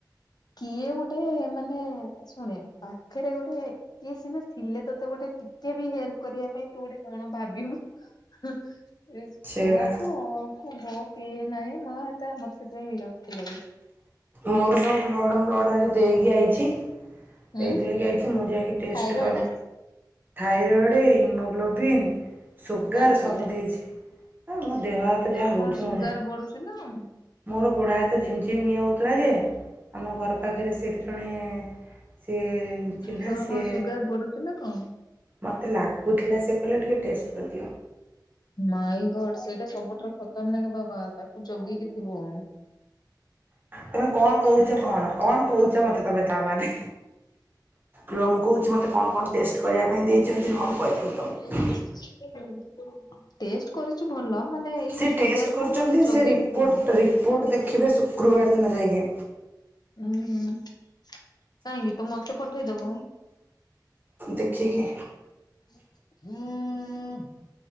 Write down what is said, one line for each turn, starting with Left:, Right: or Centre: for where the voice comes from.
Left: କିଏ ଗୋଟେ ମାନେ ଶୁଣେ ପାଖରେ ଗୋଟେ କିଏ ସିନା ଥିଲେ ତୋତେ ଗୋଟେ ଟିକେ ବି ହେଲ୍ପ କରିବା ପାଇଁ ତୁ ଗୋଟେ କଣ ଭାବିବୁ। ହଁ ଏ
Right: ସେଇବା
Left: ଛୁଆକୁ ଅ କୁ ବ କିଏ ନାହିଁ ମା ହେତା ମତେ ସେଥିପାଇଁ ବିରକ୍ତି ଲାଗୁଛି।
Right: ମୋର ସବୁ ବ୍ଲଡ଼୍ ବ୍ଲଡ଼୍ ଆଜି ଦେଇକି ଆଇଛି
Left: ହୁଁ
Right: ଦେଇଦୁଆକି ଆଇଛି ମୁଁ ଯାଇକି test
Left: thyroid
Right: thyroid haemoglobin sugar
Left: କାହିଁକି
Right: ସବୁ
Left: ବେ
Right: ଦେଇଛି ଆ ମୋ ଦେହ ହାତ
Left: ତୋର
Right: ଯାହା ହଉଛି
Left: କଣ ସୁଗାର
Right: ମୁଁ ଜାଣେ
Left: ବଢୁଛି ନା କଣ?
Right: ମୋର ଗୋଡ ହାତ ଝିମ୍ ଝିମ୍ ଇଏ ହେଉଥିଲା ଯେ ଆମ ଘର ପାଖରେ ସେଇଠି ଜଣେ ସେ ଚିହ୍ନା
Left: ତୋର
Right: ସେ
Left: କଣ ସୁଗାର ବଢୁଛି ନା କଣ?
Right: ମୋତେ ଲାଗୁଥିଲା ସେ କହିଲେ ଟିକେ ଟେଷ୍ଟ କରିଦିଅ।
Left: ମାଇଗଡ ସେଇଟା ସବୁଠାରୁ ଖତରନାକ ବାବା। ତାକୁ ଜଗିକି ଥିବୁ।
Right: ତମେ କଣ କହୁଛ କଣ କଣ କହୁଛ ମତେ ତମେ। ତା ମାନେ ରୁହ ମୁଁ କହୁଛି ମତେ କଣ କଣ ଟେଷ୍ଟ କରିବା ପାଇଁ ଦେଇଛନ୍ତି ରୁହ ମୁଁ କହିଦେବି ତମକୁ।
Left: <unintelligible> ଟେଷ୍ଟ କରିଛୁ ଭଲ ମାନେ ଏଇ
Right: ସେ
Left: ଯୋଉ ସୁଗାର
Right: ଟେଷ୍ଟ କରୁଛନ୍ତି
Left: କୁ ମାନେ ଜଗିକି
Right: ସେ ରିପୋର୍ଟ
Left: ଥିବୁ।
Right: ରିପୋର୍ଟ ଦେଖିବେ ଶୁକ୍ରବାର ଦିନ ଯାଇକି।
Left: ହୁଁ କାହିଁକି ତୁ ମତେ ପଠେଇଦବୁ।
Right: ଦେଖିକି।
Left: <inaudible>